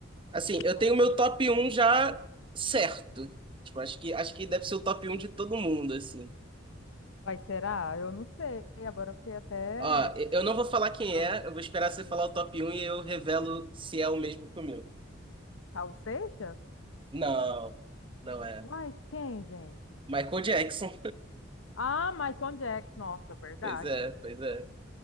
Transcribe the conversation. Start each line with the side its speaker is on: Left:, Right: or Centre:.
Right: Assim, eu
Left: Nossa,
Right: tenho o meu top um já certo. Tipo, acho que acho que deve ser o top um de todo mundo, assim.
Left: Vai, será? Eu não sei. Agora eu fiquei até.
Right: Ó, e- eu não vou falar quem
Left: Ah,
Right: é, eu vou esperar você falar o top um e eu revelo se é o mesmo que o meu.
Left: Raul Seixas?
Right: Não, não é.
Left: Uai, quem, gente?
Right: Michael Jackson.
Left: Ah, Michael Jackson. Nossa, verdade.
Right: Pois é, pois é.